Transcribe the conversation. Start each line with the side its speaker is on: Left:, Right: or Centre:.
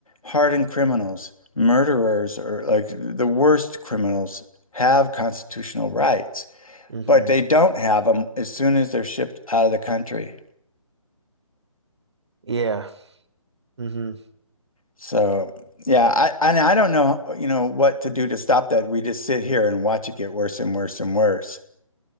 Left: hardened criminals, murderers, or like the worst criminals have constitutional rights,
Right: Mm-hmm.
Left: but they don't have them as soon as they're shipped out of the country.
Right: Yeah. Mm-hmm.
Left: So, yeah, I and I don't know, you know, what to do to stop that. We just sit here and watch it get worse and worse and worse.